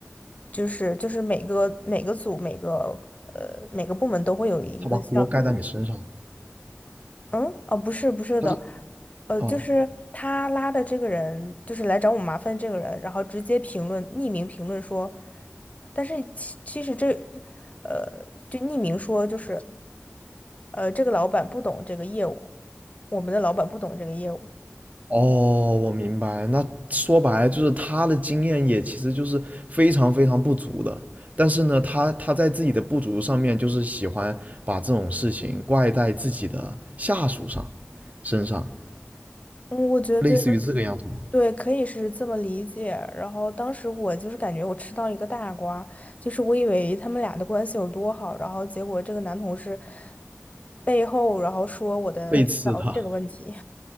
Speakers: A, on the left; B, on the right.
A: 就是就是每个每个组每个呃每个部门都会有一个像
B: 他把锅盖在你身上了
A: 嗯，哦，不是不是的，
B: 他是
A: 呃，
B: 哦，
A: 就是他拉的这个人，就是来找我麻烦这个人，然后直接评论，匿名评论说，但是其其实这，呃，就匿名说就是，呃，这个老板不懂这个业务，我们的老板不懂这个业务。
B: 哦，我明白。那说白了就是他的经验也其实就是非常非常不足的，但是呢，他他在自己的不足上面，就是喜欢把这种事情怪在自己的下属上身上，
A: 嗯，我觉得。
B: 类似于这个样子吗？
A: 对，可以是这么理解。然后当时我就是感觉我吃到一个大瓜，就是我以为他们俩的关系有多好，然后结果这个男同事背后然后说我的领导这个问题。
B: 背刺他。